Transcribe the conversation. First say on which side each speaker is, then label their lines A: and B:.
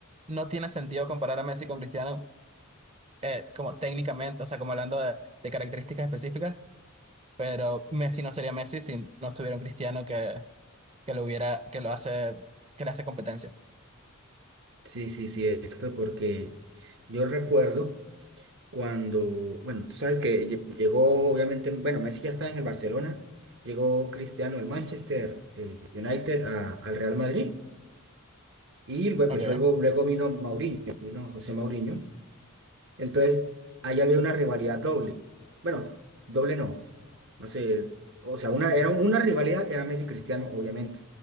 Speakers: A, on the right; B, on the right.
A: no tiene sentido comparar a Messi con Cristiano eh, como técnicamente, o sea, como hablando de, de características específicas, pero Messi no sería Messi si no estuviera un Cristiano que, que lo hubiera, que lo hace, que le hace competencia.
B: Sí, sí, sí, es cierto, porque yo recuerdo cuando, bueno, tú sabes que lle- llegó, obviamente, bueno, Messi ya estaba en el Barcelona, llegó Cristiano del Manchester eh, United a- al Real Madrid y lue-
A: Okay,
B: pues luego, luego vino Mauriño, vino José Mauriño. Entonces, ahí había una rivalidad doble. Bueno, doble no. No sé, o sea, una, era una rivalidad era Messi Cristiano, obviamente,